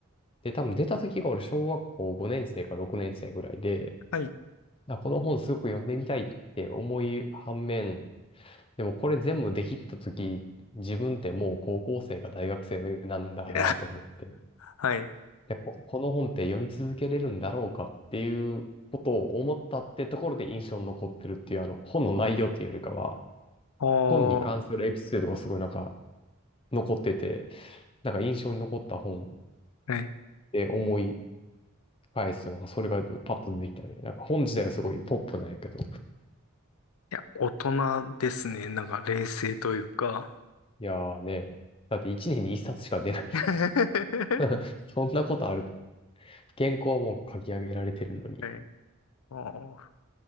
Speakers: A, on the left; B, on the left.
A: で、多分出た時が俺、小学校5年生か6年生ぐらいで、
B: はい。
A: あ、この本すごく読んでみたいって思い反面、でもこれ全部できた時、自分ってもう高校生か大学生なんだなと思って、
B: <laughs> はい。
A: で、こ、この本って読み続けれるんだろうかっていうことを思ったってところで印象に残ってるっていう、あの、本の内容っていうよりかは、
B: おー。
A: 本に関するエピソードがすごいなんか残ってて、なんか印象に残った本
B: はい。い
A: で思い返すと、なんかそれがパッと出てきたね。なんか本自体はすごいポップなんやけど。
B: や、大人ですね。なんか冷静というか。
A: いやーね、だって1年に1冊しか出ないよ。
B: <laughs> は
A: <laughs> そんなことある。原稿はもう書き上げられてるのに。
B: い。あー